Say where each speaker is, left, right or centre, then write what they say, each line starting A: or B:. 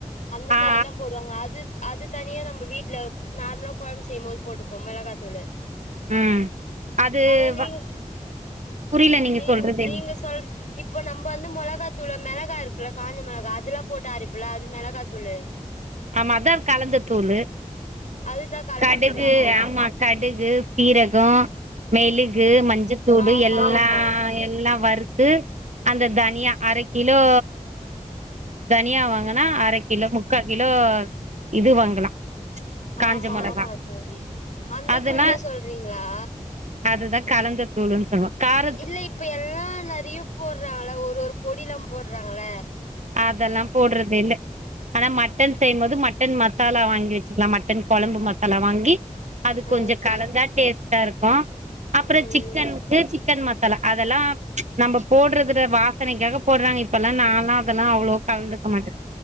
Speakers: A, on the left (about 65°); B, on the right (about 60°).
A: அந்த
B: ஆ
A: மாரில்லா போடுவாங்க அது அது தனியா நம்ப வீட்ல நார்மலா கொழம்பு செய்யு போது போட்டுப்போ மொளகாத்தூளு
B: ம் அது
A: அதா நீங்க
B: வ புரியல நீங்க
A: நீங்
B: சொல்றது
A: நீங்க சொல்ற இப்போ நம்ப வந்து மொளகா தூளு மிளகா இருக்குல காஞ்ச மிளகா அதெல்லா போட்டு அரைப்பல அது மிளகாத்தூளு
B: ஆமா அதா கலந்த தூளு
A: அதுதா கலந்த
B: கடுகு
A: தூளா
B: ஆமா கடுகு சீரகோ மெலு து
A: ம்
B: மஞ்சத்தூளு
A: ஆமா
B: எல்லா
A: ஆமா
B: எல்லா வறுத் டு அந்த தனியா அரைகிலோ தனியா வாங்கனா அரைகிலோ முக்காகிலோ இது வாங்கலா காஞ்ச
A: ஆமா
B: மொளகா
A: ஆமா தோழி அந்த
B: அதுனா
A: தூள் தா சொல்றீங்ளா
B: அதுதா கலந்த தூளுன்னு நம்ம கார
A: இல்ல இப்ப எல்லா நெறயா போடுறாங்களா ஒரு ஒரு பொடிலா போடுறாங்கள
B: அதெல்லா போடுறது இல்ல ஆனா மட்டன் செய்யு போது மட்டன் மசாலா வாங்கி வச்சுக்கலா மட் டன் கொழம்பு மசாலா வாங்கி அது கொஞ்சோ
A: ஓகே
B: கலந்தா டேஸ்ட்டாருக்கு அப்பற
A: ம்
B: சிக்கன்
A: ம்
B: வே சிக்கன் மசாலா அதெல்லா நம்ப போடுறதில்ல வாசனைக்காக போடுறாங்க இப்பெல்லா நாலா அதெல்லா அவ்ளோ கலந்துக்க மாட்ட